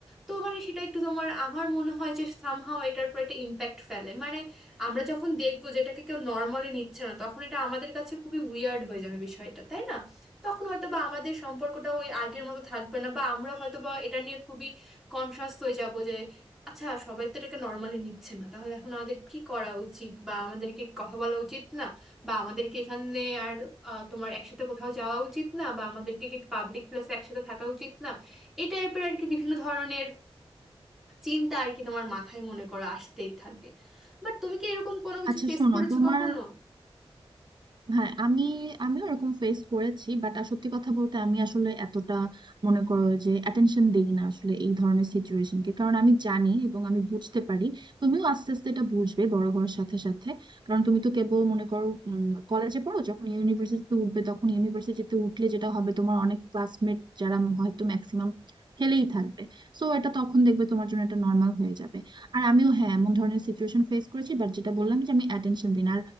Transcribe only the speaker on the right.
আচ্ছা
শোনো
তোমার
হ্যাঁ আমি আমি ওরকম ফেস করেছি বাট সত্যি কথা বলতে আমি আসলে এতটা মনে করো যে অ্যাটেনশন দেই না আসলে এই ধরনের সিচুয়েশনকে কারণ আমি জানি এবং আমি বুঝতে পারি তুমিও আস্তে আস্তে এটা বুঝবে বড় হওয়ার সাথে সাথে কারণ তুমি তো কেবল মনে করো কলেজে পড়ো যখন ইউনিভার্সিটিতে উঠবে তখন ইউনিভার্সিটিতে উঠলে যেটা হবে তোমার অনেক ক্লাসমেট যারা হয়তো ম্যাক্সিমাম ফেলেই থাকবে সো এটা তখন দেখবে তোমার জন্য এটা নর্মাল হয়ে যাবে আর আমিও হ্যাঁ এমন ধরনের সিচুয়েশন ফেস করেছি বাট যেটা বললাম যে আমি অ্যাটেনশন দিই না।